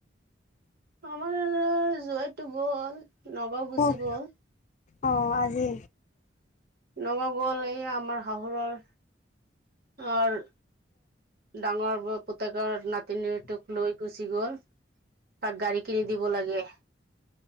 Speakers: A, on the right; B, on the left.
A: আমাৰ জোৱাইটো গ'ল, নগাঁও গুচি
B: কওক
A: গ'ল।
B: অঁ আজি
A: নগা গল এই আমাৰ শাহুৰৰ আৰু ডাঙৰ পুতেকৰ নাতিনীটোক লৈ গুচি গ'ল তাক গাড়ী কিনি দিব লাগে